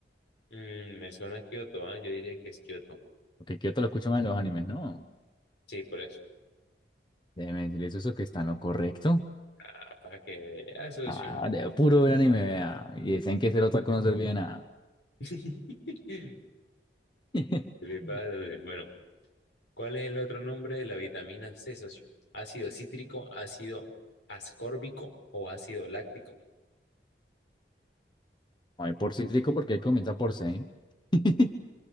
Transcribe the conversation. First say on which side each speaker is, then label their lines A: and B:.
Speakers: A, on the left; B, on the left.
A: Mm, me suena a Kioto, ¿ah? Yo diría que es Kioto.
B: Porque Kioto lo escucho más en los animes, ¿no?
A: Sí, por eso.
B: Déjeme decirles eso que está en lo correcto.
A: Ah, para que vea, socio.
B: Ah, de puro ver anime, vea. Y dicen que ser otaku no servía de nada.
A: <laughs> <clears throat>
B: <laughs>
A: Le Bueno, ¿cuál es el otro nombre de la vitamina C, socio? ¿Ácido cítrico, ácido ascórbico o ácido láctico?
B: No hay por cítrico porque ahí comienza por C. <laughs>